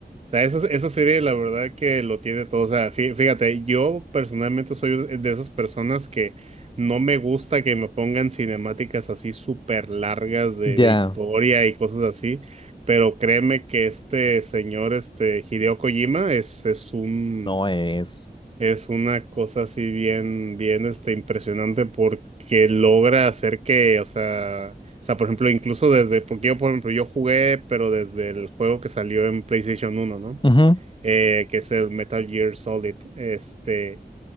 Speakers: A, on the right (about 40°); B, on the left (about 30°).
A: o sea, esa, esa serie la verdad que lo tiene todo, o sea, fí- fíjate, yo personalmente soy de esas personas que no me gusta que me pongan cinemáticas así súper largas de,
B: Ya.
A: de historia y cosas así, pero créeme que este señor, este Hideo Kojima, es, es un
B: No es.
A: es una cosa así bien, bien, este, impresionante porque logra hacer que, o sea, o sea, por ejemplo, incluso desde, porque yo, por ejemplo, yo jugué, pero desde el juego que salió en PlayStation uno ¿no?
B: Ujú,
A: Eh, que es el Metal Gear Solid, este,